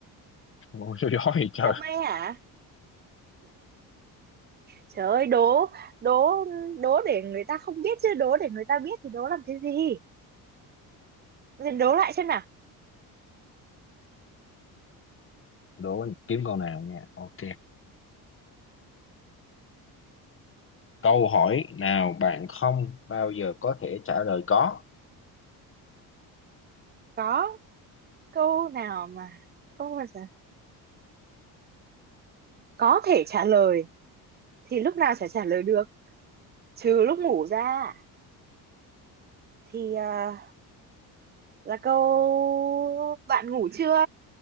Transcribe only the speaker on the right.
đám mây hả trời ơi đố đố đố để người ta không biết chứ đố để người ta biết thì đố làm cái gì đố lại xem nào
có câu nào mà không bao giờ có thể trả lời thì lúc nào chả trả lời được trừ lúc ngủ ra thì ờ, là câu bạn ngủ chưa